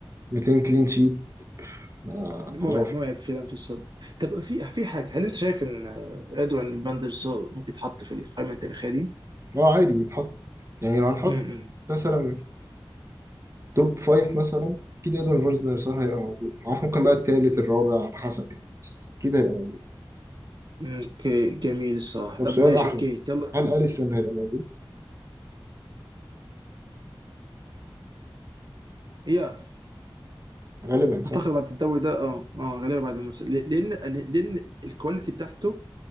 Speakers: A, on the right; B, on the right.
A: 200 كلين شيت آه
B: مرعب
A: خرافي
B: مرعب فعلا في الصد طب في في حاجه هل انت شايف ان ادوين فاندر سار ممكن يتحط في القائمه التاريخيه دي؟
A: اه عادي يتحط يعني لو هنحط
B: امم
A: مثلا توب فايف مثلا أكيد إدوارد فيرزنر هيبقى موجود معرفش ممكن بقى التالت الرابع على حسب يعني بس أكيد هيبقى موجود
B: اوكي جميل الصراحه
A: طب
B: طب
A: سؤال
B: ماشي
A: أحلى
B: اوكي
A: ده.
B: يلا
A: هل أليسون هيبقى موجود؟
B: يا
A: غالبا صح؟
B: اعتقد بعد الدوري ده اه اه غالبا بعد الماتش لان لان الكواليتي بتاعته